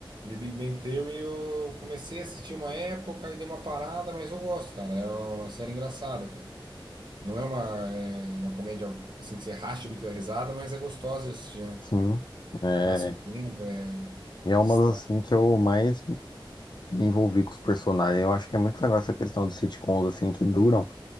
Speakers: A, on the right; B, on the left.
A: The Big Bang Theory, eu comecei a assistir uma época e dei uma parada, mas eu gosto, cara. É uma série engraçada, cara. Não é uma, é uma comédia assim que você racha o bico da risada, mas é gostosa de assistir, né?
B: sim. É,
A: Passa o tempo, é.
B: e é
A: Distrai.
B: uma das, assim, que eu mais me envolvi com os personagens. Eu acho que é muito legal essa questão dos sitcoms, assim, que duram.